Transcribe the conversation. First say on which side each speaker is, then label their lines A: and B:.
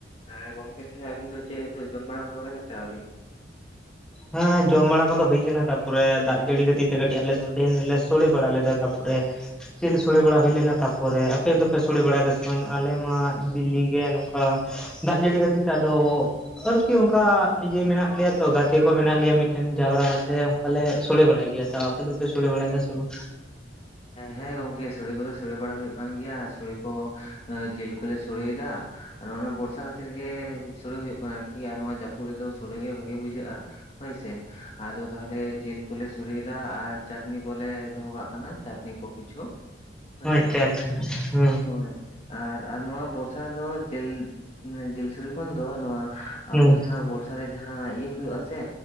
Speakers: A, on the left (about 35°); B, in the centre.
A: ᱟᱨ ᱜᱚᱢᱠᱮ ᱛᱟᱦᱚᱞᱮ ᱟᱵᱤᱱ ᱫᱚ ᱪᱮᱫ ᱡᱚᱢ ᱵᱟᱲᱟ ᱠᱚᱫᱚ ᱦᱩᱭᱱᱟᱥᱮ ᱟᱹᱣᱨᱤ
B: ᱦᱮᱸ ᱡᱚᱢ ᱵᱟᱲᱟ ᱠᱚᱫᱚ ᱦᱩᱭ ᱠᱟᱱᱟ ᱛᱟᱯᱚᱨᱮ ᱫᱟᱜ ᱡᱟᱹᱲᱤ ᱠᱷᱟᱹᱛᱤᱨ ᱛᱮ ᱠᱟᱹᱴᱤᱡ ᱟᱞᱮ ᱫᱚ ᱛᱮᱦᱮᱧ ᱫᱚᱞᱮ ᱥᱳᱲᱮ ᱵᱟᱲᱟ ᱞᱮᱫᱟ ᱛᱟᱯᱚᱨᱮ ᱡᱮᱞ ᱥᱚᱲᱮ ᱵᱟᱲᱟ ᱦᱩᱭ ᱞᱮᱱᱟ ᱛᱟᱯᱚᱨᱮ ᱟᱯᱮ ᱫᱚᱯᱮ ᱥᱚᱲᱮ ᱵᱟᱲᱟᱭ ᱫᱟ ᱥᱮ ᱵᱟᱝᱟ ᱟᱞᱮ ᱢᱟ ᱫᱤᱞᱞᱤ ᱜᱮ ᱱᱚᱝᱠᱟ ᱫᱟᱜ ᱡᱟᱹᱲᱤ ᱠᱷᱟᱹᱛᱤᱨ ᱛᱮ ᱟᱫᱚ ᱟᱨᱠᱤ ᱚᱱᱠᱟ ᱤᱭᱟᱹ ᱢᱮᱱᱟᱜ ᱞᱮᱭᱟ ᱛᱚ ᱜᱟᱛᱮ ᱠᱚ ᱢᱮᱱᱟᱜ ᱞᱮᱭᱟ ᱢᱤᱫᱴᱮᱱ ᱡᱟᱣᱨᱟ ᱠᱟᱛᱮ ᱚᱱᱠᱟᱞ ᱞᱮ ᱥᱚᱲᱮ ᱵᱟᱲᱟᱭ ᱜᱮᱭᱟ ᱛᱚ ᱟᱯᱮ ᱫᱚᱯᱮ ᱥᱚᱲᱮ ᱵᱟᱲᱟᱭ ᱥᱮ ᱵᱟᱝ
A: ᱦᱮᱸ ᱜᱚᱝᱠᱮ ᱥᱚᱲᱮ ᱠᱚᱫᱚ ᱥᱚᱲᱮ ᱵᱟᱲᱟ ᱦᱩᱭᱩᱜ ᱠᱟᱱ ᱜᱮᱭᱟ ᱥᱚᱲᱮ ᱡᱤᱞ ᱠᱚᱞᱮ ᱥᱚᱲᱮ ᱮᱫᱟ ᱟᱨ ᱚᱱᱟ ᱵᱚᱨᱥᱟ ᱠᱷᱟᱹᱛᱤᱨ ᱜᱮ ᱥᱚᱲᱮ ᱦᱩᱭᱩᱜ ᱠᱟᱱᱟ ᱟᱨ ᱜᱮᱭᱟ ᱱᱚᱣᱟ ᱡᱟᱹᱯᱩᱫ ᱨᱮᱫᱚ ᱥᱚᱲᱮ ᱜᱮ ᱵᱷᱟᱜᱮ ᱵᱩᱡᱷᱟᱹᱜᱼᱟ ᱦᱳᱭᱥᱮ ᱟᱫᱚ ᱛᱟᱦᱚᱞᱮ ᱡᱤᱞ ᱠᱚᱞᱮ ᱥᱚᱲᱮᱫᱟ ᱟᱨ ᱪᱟᱴᱱᱤ ᱠᱚᱞᱮ ᱫᱚᱦᱚ ᱠᱟᱜ ᱠᱟᱱᱟ <inaudible> ᱠᱤᱪᱷᱩ ᱦᱳᱭ ᱥᱮ
B: ᱟᱪᱪᱷᱟ ᱟᱪᱪᱷᱟ ᱟᱪᱪᱷᱟ ᱟᱪᱪᱷᱟ ᱟᱪᱪᱷᱟ ᱟᱪᱪᱷᱟ ᱦᱩᱸ
A: ᱦᱳᱭ ᱟᱨ ᱟᱨ ᱱᱚᱣᱟ ᱵᱚᱨᱥᱟ ᱨᱮ ᱫᱚ ᱡᱮᱞ ᱡᱮᱞ ᱥᱚᱲᱮ ᱠᱷᱚᱱ ᱫᱚ ᱱᱚᱣᱟ
B: ᱦᱩᱸ
A: ᱟᱵᱚ ᱡᱟᱦᱟᱸ ᱵᱚᱨᱥᱟ ᱨᱮ ᱡᱟᱦᱟᱸ ᱤᱭᱟᱹ ᱦᱩᱭᱩᱜ ᱟᱥᱮ